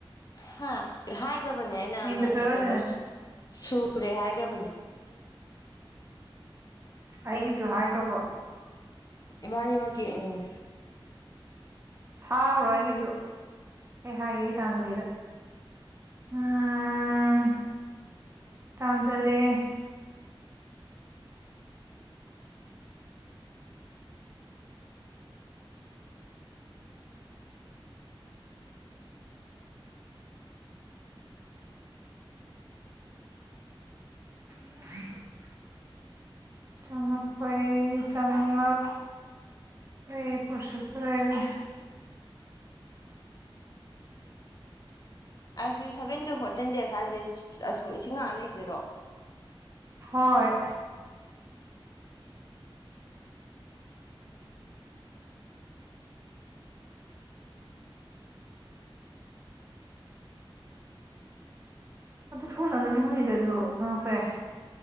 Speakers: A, on the left; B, on the right.
A: ꯍꯥ ꯍꯥꯏꯈ꯭ꯔꯕꯅꯦ ꯑꯩꯅ
B: ꯃꯤꯡꯗꯣ
A: ꯑꯃ
B: ꯄꯤꯈꯠꯈ꯭ꯔꯁꯦ
A: ꯀꯩꯅꯣ
B: ꯅꯠ
A: ꯁꯨꯔꯦ ꯍꯥꯏꯒ꯭ꯔꯕꯅꯤ
B: ꯑꯩꯒꯤꯁꯨ ꯍꯥꯏꯈ꯭ꯔꯕꯣ
A: ꯏꯕꯥꯅꯤ ꯃꯛꯀꯤ ꯎꯝ
B: ꯊꯥꯒ꯭ꯔꯣ ꯑꯩꯒꯤꯁꯨ ꯑꯩ ꯍꯥꯏꯒꯦ ꯒꯤꯇꯥꯟꯖꯂꯤꯗ ꯎꯝ ꯇꯥꯟꯊꯂꯦ <inaudible> ꯆꯉꯛꯄꯩ ꯆꯉꯛ ꯑꯩ ꯄ꯭ꯔꯣꯁꯦꯁꯇ ꯂꯩꯔꯤ
A: ꯑꯩꯁꯤ ꯁꯚꯦꯟ ꯇꯨ ꯐꯣꯔꯇꯤꯟ ꯗꯦꯖ ꯍꯥꯏꯁꯤ ꯑꯥ ꯁꯤ ꯉꯥꯢꯔ ꯂꯩꯗꯣꯏꯔꯣ
B: ꯍꯣꯏ ꯑꯗꯨ ꯁꯨꯅ ꯅꯨꯃꯤꯠ ꯍꯨꯝꯅꯤꯗꯁꯨ ꯆꯪꯉꯛꯄ ꯌꯥꯢ